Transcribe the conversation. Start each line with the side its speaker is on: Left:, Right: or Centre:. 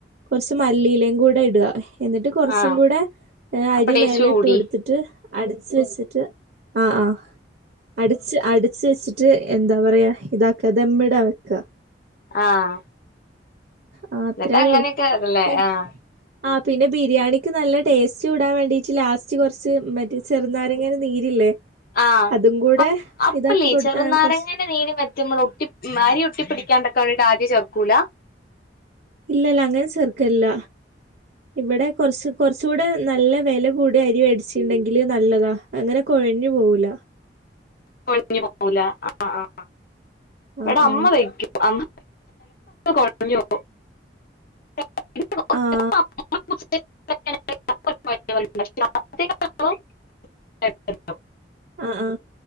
Right: കൊറച്ച് മല്ലിയിലേം കൂടെ ഇടാ എന്നിട്ട് കൊറച്ചും
Left: ആഹ്
Right: കൂടെ
Left: അപ്പൊ
Right: അരി
Left: ടേസ്റ്റ്
Right: മേലെ
Left: കൂടി
Right: ഇട്ട് കൊട്ത്തിട്ട് അടച്ച് വെച്ചിട്ട് ആഹ് ആ അടച്ച് അടച്ച് വെച്ചിട്ട് എന്താ പറയാ ഇതാക്ക ദമ്മിടാ വെക്ക
Left: ആഹ്
Right: ആ അത്രേള്ളൂ
Left: എന്നിട്ട് അങ്ങനെയൊക്കെ അതല്ലേ
Right: പി
Left: ആഹ്
Right: ആ പിന്നെ ബിരിയാണിക്ക് നല്ല ടേസ് റ്റുടാൻ വേണ്ടീട്ട് ലാസ്റ്റ് കൊറച്ച് മറ്റേ ചെറ്നാരങ്ങന്റെ നീരില്ലേ?
Left: ആഹ
Right: അതും കൂടെ
Left: അപ്‌ അപ്പല്ലേ
Right: ഇതാക്കി
Left: ഈ
Right: കൊടുത്താൽ
Left: ചെറുനാരങ്ങന്റെ
Right: കുറച്ച്
Left: നീര് മറ്റ് മ്മൾ ഒട്ടി മാരി ഒട്ടി പിടിക്കാണ്ടൊക്കെ ആതി ചെർക്കൂല
Right: ഇല്ലല്ല അങ്ങന ചേർക്കല്ല. ഇവിടെ കുറച്ച് കുറചൂടെ നല്ല വെല കൂടിയ അരിവേടിച്ചിട്ടണ്ടെങ്കില് നല്ലതാ. അങ്ങനെ കൊഴഞ്ഞു പോവൂല
Left: കൊയിഞ്ഞു പോവൂല ആ ആ
Right: ആഹ്
Left: എട
Right: ആഹ്
Left: അമ്മ വയ്ക്കും കൊഴഞ് പോവും <unintelligible>
Right: ആഹ്
Left: <unintelligible>
Right: ആ ആ്